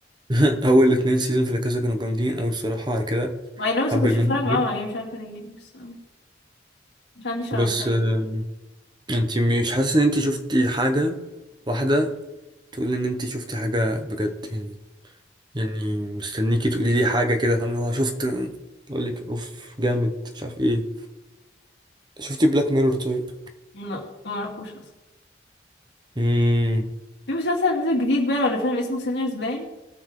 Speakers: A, on the right; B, on the left.
A: <laughs> اول اتنين سيزون في لاكاسا كانوا جامدين اوي الصراحه على كده
B: ما انا بس
A: هبل
B: كنت
A: منهم
B: بتفرج معاهم
A: أوي.
B: عليه مش عارفه ليه بس مش عندي شغف
A: بس
B: تقريبا
A: آم، انت مش حاسس ان انت شفتي حاجه واحده تقول ان انت شفتي حاجه بجد يعني يعني مستنيكي تقولي لي حاجه كده فاهم اللي هو شفت اقول لك اوف جامد مش عارف ايه شفتي بلاك ميرور طيب
B: لا ما اعرفوش اصلا
A: امم
B: في مسلسل نزل جديد باين ولا فيلم اسمه سينرز باين